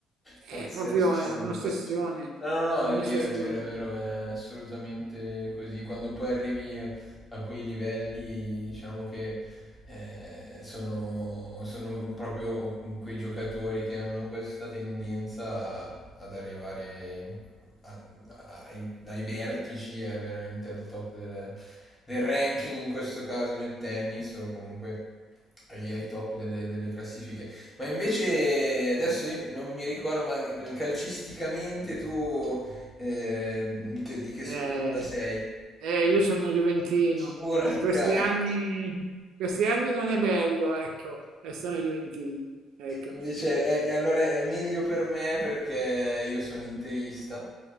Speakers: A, on the right; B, on the left.
A: È
B: Pazzesco,
A: proprio è un'ossessione,
B: pazz- No, no, no,
A: è un'ossessione.
B: è vero, è vero, è vero, è assolutamente così. Quando poi arrivi a quei livelli, diciamo che eh, sono, sono proprio quei giocatori che hanno questa tendenza a- ad arrivare in- a- a- ai, ai vertici, eh, veramente al top del, del ranking, in questo caso nel tennis o comunque ai, ai top delle delle classifiche ma invece adesso io non mi ricordo, ma eh, calcisticamente tu eh, in che- di che sponda
A: Eh,
B: sei?
A: eh, io sono juventino,
B: Porca!
A: in questi anni, questi anni non è bello, ecco, essere juventini. Ecco.
B: Invece, è, è- allora è meglio per me perché io sono interista,